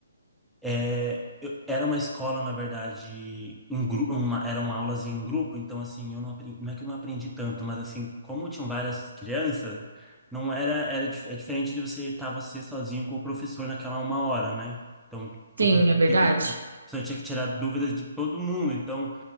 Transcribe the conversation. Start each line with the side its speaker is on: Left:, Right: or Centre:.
Centre: É, eu- era uma escola, na verdade, em grupo, eram aulas em grupo, então, assim, eu não aprendi, não é que eu não aprendi tanto, mas, assim, como tinham várias crianças, não era, era, dif- é diferente de você estar você sozinho com o professor naquela uma hora, né? Então,
Right: Sim,
Centre: o professor
Right: é verdade.
Centre: tinha que, o professor tinha que tirar dúvidas de todo mundo, então,